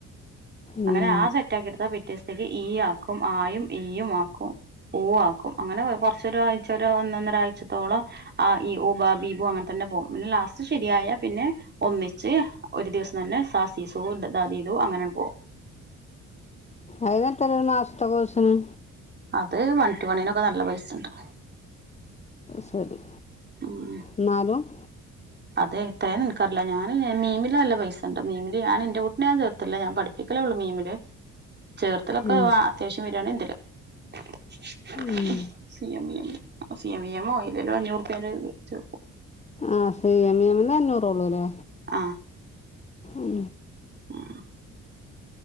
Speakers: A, on the right (about 35°); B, on the left (about 20°).
A: അങ്ങനെ
B: ഉം
A: ആ സെറ്റാക്കിയെടുത്താ പിറ്റേ ദെവസത്തേക്ക് ഈ ആക്കും. ആ യും ഈ യും ആക്കും. ഊ ആക്കും അങ്ങനെ കൊറച്ച് ഒരാരാഴ്ച വരെ ഒന്നൊന്നര ആഴ്ചത്തോളം അ ഇ ഉ ബ ബീ ബു അങ്ങനെ തന്നെ പോകും. പിന്നെ ലാസ്റ്റ് ശരിയായ പിന്നെ ഒന്നിച്ച് ഒരു ദിവസം തന്നെ സാ സീ സു ദ ദീ ദു അങ്ങനെ പോകും.
B: അയിന് എത്രയാ ഒരു മാസത്തെ കോഴ്സിന്?
A: അത് വൺ ടു വണിനൊക്കെ നല്ല പൈസ് ഇണ്ട്.
B: ശരി
A: ഉം
B: എന്നാലും-
A: അത് എത്രയാന്ന് എനിക്കറിയില്ല. ഞാൻ മീമില് നല്ല പൈസ് ഇണ്ട് മീമില് ഞാനെന്റെ കുട്ടിനെ ഞാൻ ചേർത്തില്ല ഞാൻ പഠിപ്പി പ്പിക്കലേ ഉള്ളൂ മീമില് ചേർത്തലൊക്കെ
B: ഉം
A: വാ അത്യാവശ്യം വെറുവാണേ എന്തേലും -
B: ഉം
A: C M E MC M E M പോയി ഇല്വരെ <unintelligible> ല്ലോ അഞ്ഞൂറ്പ്യെടേ ചേർക്കും.
B: ആഹ് സി എം ഈ എം ല് അഞ്ഞൂറേ ഉള്ളൂല്ലേ
A: ആഹ്.
B: ഉം
A: ആഹ്.